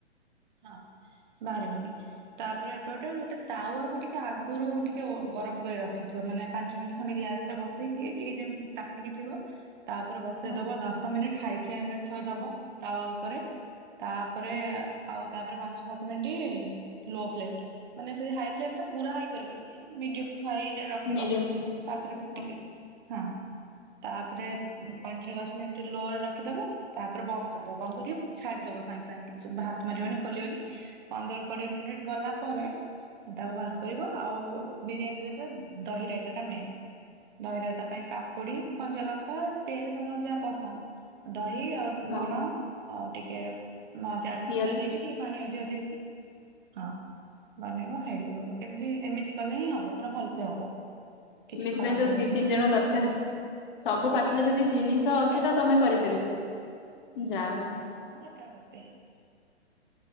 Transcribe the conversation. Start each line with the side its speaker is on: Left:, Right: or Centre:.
Right: ହଁ ବାହାରିବନି। ତାପରେ ଏପଟେ ଗୋଟେ ତାୱାକୁ ଟିକେ ଆଗରୁ ଟିକେ ଗରମ କରି ରଖିଥିବ ମାନେ ପାଞ୍ଚ ମିନିଟ୍ ଖଣ୍ଡେ ଗ୍ୟାସ ବସେଇକି ଟିକେ ଯେମିତି ତାତିକି ଥିବ ତାପରେ ବସେଇ
Left: ହଁ
Right: ଦବ ଦଶ ମିନିଟ୍ ହାଇ ଫ୍ଲେମ ରେ ଥୋଇଦବ ତାୱ ଉପରେ। ତାପରେ ଆଉ ତାପରେ ପାଞ୍ଚ ସାତ ମିନିଟି ଲୋ ଫ୍ଲେମ୍ରେ ମାନେ ସେଇ ପୁରା ହାଇ ଫ୍ଲେମ୍ କରିବନି ମିଡିଅମ ହାଇରେ ରଖିବ
Left: ମିଡିୟମ
Right: ତାପରେ
Left: ହଁ
Right: ଟିକେ ହଁ ତାପରେ ପାଞ୍ଚ ଦଶ ମିନିଟ୍ ଲୋ ରେ ରଖିଦବ। ତାପରେ ବନ୍ଦ କରିଦବ ବନ୍ଦ କରିକି ଛାଡିଦବ ସାଙ୍ଗେ ସାଙ୍ଗେ କିଛିବି ହାତ ମାରିବନି ଖୋଲିବନି। ପନ୍ଦର କୋଡିଏ ମିନିଟ୍ ଗଲା ପରେ ତାକୁ ବାହାର କରିବ ଆଉ ବିରିୟାନୀରେ ତ ଦହି ରାଇତା ଟା ମେନ୍ ଦହି ରାଇତା ପାଇଁ କାକୁଡି କଞ୍ଚାଲଙ୍କା ପିଆଜ ତମର ଯାହା ପସନ୍ଦ ଦହି ଆଉ
Left: ହଁ
Right: ଲୁଣ ଆଉ ଟିକେ ମା ଚାଟ୍
Left: ପିଆଜ
Right: ମସଲା ଦେଇକି ଟିକେ ପାଣି ଅଧିକ ଦେଇକି ହଁ ବନେଇବ ହେଇିଯିବ ଏମତି ଏମିତି କଲେ ହିଁ ହବ ପୁରା ଭଲସେ ହବ। କିଛି
Left: ଏମିତି
Right: ଖରାପ
Left: ପାଇଁ ତ
Right: ହବନି
Left: ଦି ତିନି ଜଣ ଦରକାର। ସବୁ ପା ଖରେ ଯଦି ଜିନିଷ
Right: ମୁଁ ଏକା
Left: ଅଛି
Right: କରିଦିଏ
Left: ତ ତମେ କରିପାରିବ। ଯା ହଉ
Right: ହଁ ମୁଁ ଏକା କରିଦିଏ।